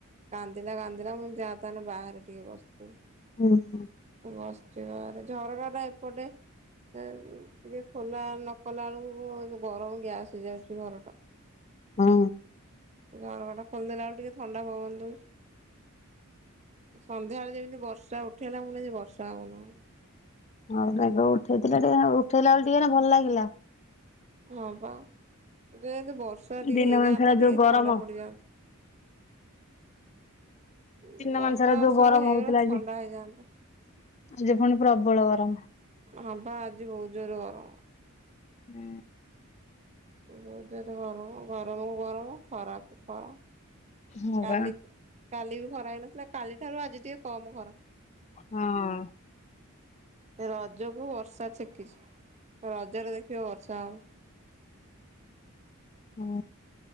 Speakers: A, on the right; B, on the left.
A: କାନ୍ଦିଲା କାନ୍ଦିଲା ମୁଁ ଯା ତାହେଲେ ବାହାରେ ଟିକେ ବସିଥିବୁ।
B: ହୁଁ, ହୁଁ।
A: ବସିଛି ବାହାରେ ଝରକା ଟା ଏପଟେ ସେ ଉଁ, ଟିକେ ଖୋଲା ନ କଲାବେେଳକୁ ଯୋ ଗରମ ଗ୍ୟାସ୍ ହେଇଯାଉଛି ଘରଟା।
B: ହଁ।
A: ଝରକା ଟା ଖୋଲିଦେଲା ଆଳକୁ ଟିକେ ଥଣ୍ଡା ପବନ ଦଉଛୁ। ସନ୍ଧ୍ୟାବେଳେ ଯେମିତି ବର୍ଷା ଉଠେଇଲା ମୁଁ କହିନି ଆଜି ବର୍ଷା ହବ ନା କଣ।
B: ହଁ ମେଘ ଉଠେଇଥିଲା ଟିକେ ନାକୁ ଉଠେଇଲା ବେଳେ ଟିକେ ନା ଭଲ ଲାଗିଲା।
A: ହଁ ପା ଯେହେତୁ ବର୍ଷା ଟିକେ
B: ଦିନ
A: ହେଇଯାଆନ୍ତା
B: ମାନ ସାରା ଯୋଉ
A: ଟିକେ
B: ଗରମ
A: ଥଣ୍ଡା ପଡିଯାନ୍ତା।
B: ଦିନ
A: ଯେ ବର୍ଷା
B: ମାନ ସାରା ଯୋଉ
A: ଅସୁଳେ
B: ଗରମ
A: ହେଇଗଲେ
B: ହଉଥିଲା
A: ଥଣ୍ଡା
B: ଆଜି
A: ହେଇଯାଆନ୍ତା।
B: ଆଜି ପୁଣି ପ୍ରବଳ ଗରମ।
A: ହଁ ପା ଆଜି ବହୁତ ଜୋରେ ଗରମ।
B: ହୁଁ।
A: ବହୁ ଜୋରେ ଗରମ ଗରମକୁ ଗରମ ଖରା କୁ ଖରା
B: ହଁ
A: କାଲି
B: ବା
A: କାଲି ବି ଖରା ହେଇନଥିଲା କାଲି ଠାରୁ ଆଜି ଟିକେ କମ୍ ଖରା।
B: ହଁ।
A: ଏ ରଜକୁ ବର୍ଷା ଛେକିଛି ରଜରେ ଦେଖିବ ବର୍ଷା ହବ।
B: ହଁ।